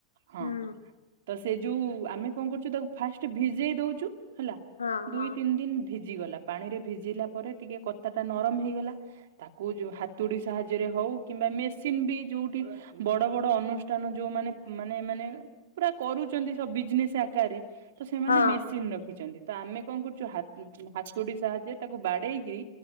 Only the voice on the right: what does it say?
ହଁ।
ତ ସେ ଯୋଉ ଆମେ କଣ କରୁଛୁ ତାକୁ ଫାଷ୍ଟ ଭିଜେଇ ଦଉଛୁ ହେଲା।
ଦୁଇ ତିନି ଦିନ ଭିଜି ଗଲା ପାଣି ରେ ଭିଜିଲା ପରେ ଟିକେ କତା ଟା ନରମ ହେଇଗଲା। ତାକୁ ଯୋଉ ହାତୁଡି ସାହାଯ୍ୟରେ ହଉ କିମ୍ବା ମେସିନ ବି ଯୋଉଠି ବଡ ବଡ ଅନୁଷ୍ଠାନ ଯୋଉମାନେ ମାନେମାନେ ପୁରା କରୁଛନ୍ତି ସ ବିଜନେସ ଆକାରେ। ତ ସେମାନେ
ମେସିନ ରଖିଛନ୍ତି। ତ ଆମେ କଣ କରୁଛୁ ହାତ ହାତୁଡି ସାହାଯ୍ୟରେ ତାକୁ ବାଡେଇକି